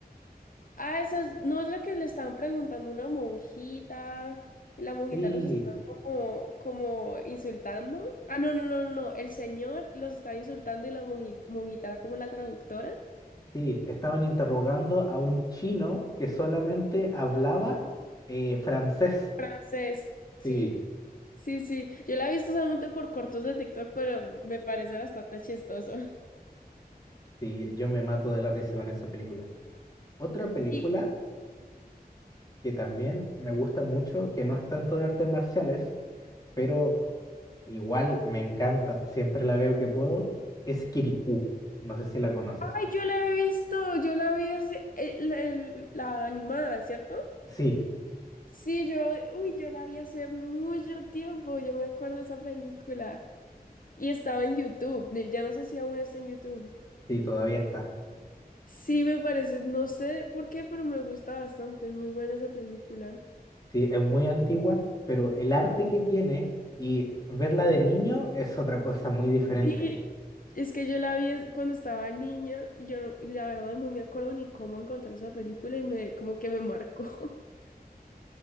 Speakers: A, on the left; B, on the left.
A: Ah, esa es- no es la que le estaban preguntando a una monjita y la monjita
B: Sí,
A: los estaba como, como insultando. Ah, no, no, no, no, no. El señor los estaba insultando y la monji- monjita, era como la traductora.
B: sí, estaban interrogando a un chino que solamente hablaba eh, francés.
A: Entonces, sí,
B: Sí,
A: sí, sí. Yo la he visto solamente por cortos de TikTok, pero me parece bastante chistoso.
B: sí, yo me mato de la risa con esa película. Otra película
A: Sí.
B: que también me gusta mucho, que no es tanto de artes marciales, pero igual me encanta, siempre la veo que puedo, es Kirikou. No sé si la conoces.
A: Ay, yo la he visto, yo la vi hace- eh, la, el- la animada, ¿cierto?
B: Sí,
A: Sí, yo, uy, yo la vi hace mucho tiempo, yo me acuerdo de esa película. Y estaba en YouTube, ne- ya no sé si aún está en YouTube.
B: sí, todavía está.
A: Sí, me parece, no sé por qué, pero me gusta bastante, es muy buena esa película.
B: Sí, es muy antigua, pero el arte que tiene y verla de niño es otra cosa muy diferente.
A: Sí, es que yo la vi es- cuando estaba niña, yo no- la verdad no me acuerdo ni cómo encontré esa película y me, como que me marcó. <laughs>